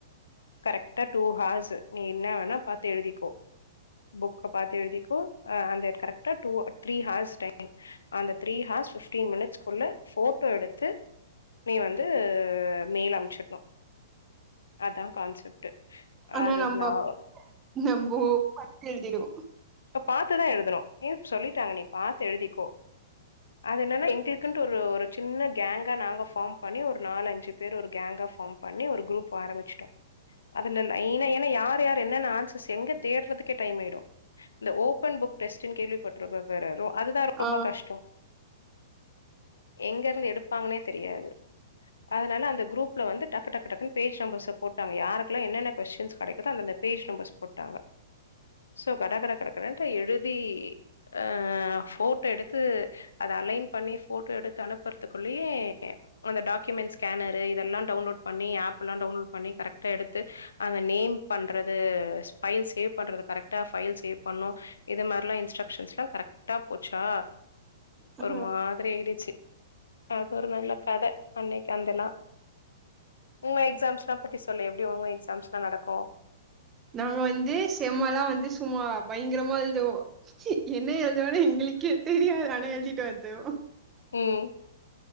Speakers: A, on the left; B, on the right.
A: கரெக்டா டூ ஹார்ஸ் நீ என்ன வேணா பாத்து எழுதிக்கோ புக்க பார்த்து எழுதிக்கோ அந்த கரெக்டாத்து திரி ஹார்ஸ் டைம் அந்த three hours fifteen minutes குள்ள போட்டோ எடுத்து நீ வந்து மெயில் அமைச்சிடணும் அதான் கான்செப்ட்
B: அனா
A: அது
B: நம்ப
A: நா
B: நம்பொ பாத்து எழுதிடுவோம்
A: இப்ப பாத்துதான் எழுதணும் ஏ சொல்லிட்டாங்க நீ பாத்து எழுதிக்கோ அது என்னன்னா எங்களுக்குட்டு ஒரு ஒரு சின்ன கேங்கா நாங்க ஃபார்ம் பண்ணி ஒரு நாலு அஞ்சு பேர் ஒரு கேங்கா ஃபார்ம் பண்ணி ஒரு குரூப் ஆரம்பிச்சிட்டோம் அதுல லைன்னா ஏன்னா யார் யாரு என்னென்ன ஆன்சர்ஸ் எங்க தேடுறதுக்கே டைம் ஆயிடும் இந்த ஓபன் புக் டெஸ்ட்னு கேள்விப்பட்றப்ப பாரு றோ அதுதான் ரொம்ப
B: ஆ
A: கஷ்டம் எங்க இருந்து எடுப்பாங்கன்னே தெரியாது அதனால அந்த குரூப்ல வந்து டக் டக் டக்டன்னு பேஜ் நம்பர் போட்டாங்க யாருக்கெல்லாம் என்னன்ன கொஸின் கிடைக்குதோ அந்த அந்த பேஸ் நம்பர்ஸ் போட்டுடாங்க சோ கடகடவென போட்டாங்கோ க கட கட னு எழுதி ஆ போட்டோ எடுத்து அத அலைன் பண்ணி போட்டோ எடுத்து அனுப்புறதுக்குள்ளயே அந்த டாக்குயுமெண்ஸ் ஸ்கேனரு இதெல்லாம் டவுன்லோட் பண்ணிப் ஆப்பெல்லாம் டவுன்லோட் பன்னி கரட்டா எடுத்து அந்த நேம்பன்றது ஃபையில் சேவ்பன்றது கரட்டா ஃபையில் பண்ணோம் இது மாதிரிலாம் இன்ஸ்ட்ரக்ஷன்ஸ்ல்லாம் கரெக்டா போச்சா
B: ஆ
A: ஒரு மாதிரி ஆயிடுச்சு அது ஒரு நல்ல கதை அன்னைக்கு அந்த நா உங்க எக்ஸாம்ஸ்னா பத்தி சொல்லு எப்படி உங்க எக்ஸாம்ஸ்னா நடக்கும்
B: நாங்க வந்து செம்ம எல்லாம் வந்து சும்மா பயங்கரமா எழுதுவோம் என்ன எழுது வேனா எங்களுக்கு தெரியாத ஆனா எழுதிட்டு வந்தோ
A: ம்